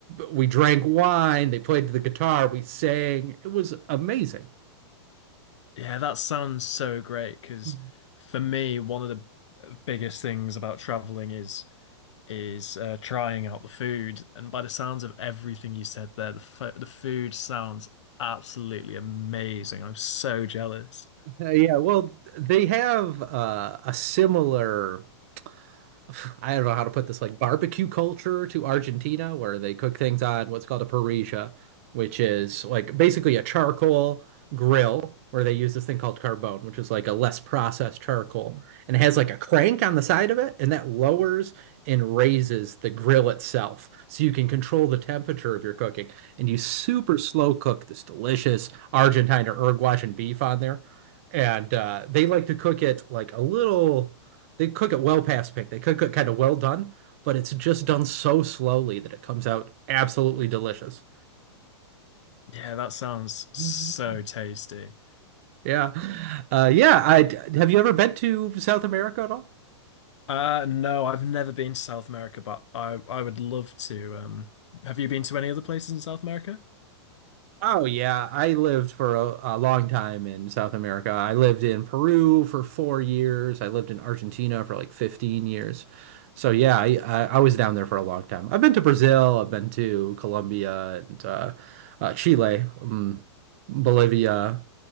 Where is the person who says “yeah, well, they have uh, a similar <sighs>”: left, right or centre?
Right